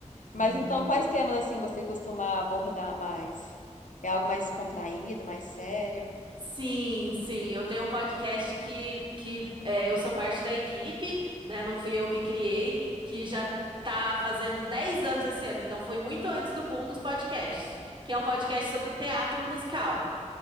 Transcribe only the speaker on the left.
Mas
então, quais temas assim você costuma abordar mais? É algo mais descontraído, mais sério?